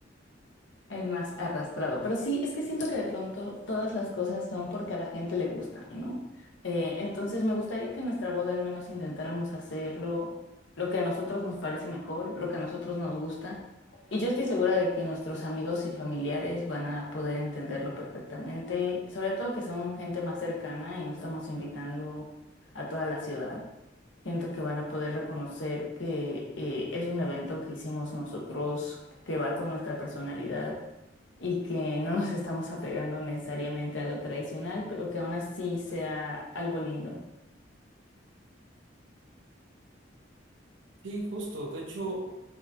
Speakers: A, on the left; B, on the right.
A: El más arrastrado. Pero sí, es que siento que de pronto todas las cosas son porque a la gente le gusta, ¿no? Eh, entonces me gustaría que en nuestra boda al menos intentáramos hacerlo, lo que a nosotros nos parece mejor, lo que a nosotros nos gusta. Y yo estoy segura de que nuestros amigos y familiares van a poder entenderlo perfectamente, sobre todo que son gente más cercana y no estamos invitando a toda la ciudad. Siento que van a poder reconocer que eh, es un evento que hicimos nosotros, que va con nuestra personalidad y que no nos estamos apegando necesariamente a lo tradicional, pero que aún así sea algo lindo.
B: Sí, justo. De hecho,